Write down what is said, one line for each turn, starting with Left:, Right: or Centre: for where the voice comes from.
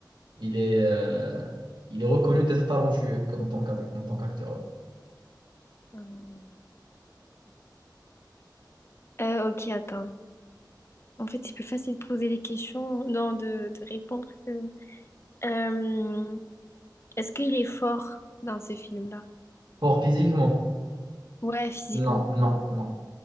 Right: Il est, euh, il est reconnu d'être talentueux en tant qu'ac- en tant qu'acteur.
Left: Hmm. Euh, ok, attends. En fait, c'est plus facile de poser les questions, non, de, de répondre que... Euh, est-ce qu'il est fort dans ce film-là?
Right: Fort physiquement?
Left: Ouais, physiquement.
Right: Non, non, non,